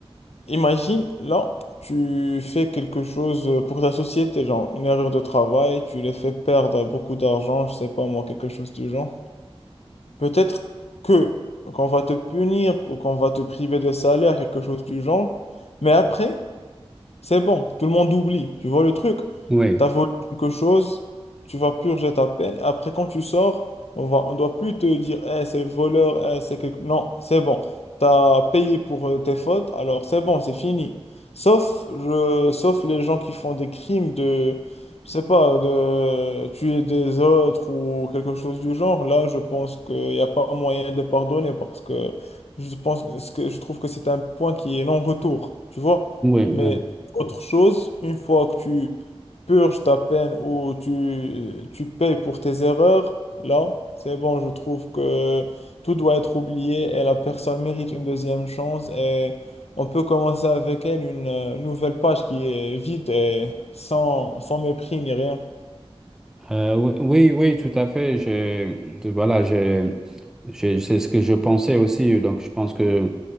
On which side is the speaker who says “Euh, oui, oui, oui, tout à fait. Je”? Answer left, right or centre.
Centre